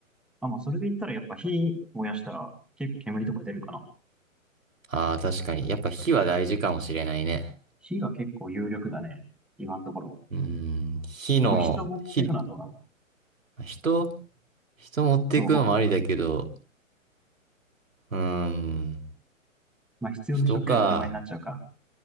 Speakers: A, in the centre; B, on the right (about 70°).
A: あ、まあそれで言ったらやっぱ火燃やしたら結構煙とか出るかな。
B: ああ、確かに。やっぱ火は大事かもしれないね。
A: 火が結構有力だね、今のところ。
B: うーん、火の、
A: これ人持ってくのはどうなの
B: 火、人、人持っていくのもありだけど、
A: そう。
B: うーん、
A: まあ必要な食料2倍になっちゃうか。
B: 人か。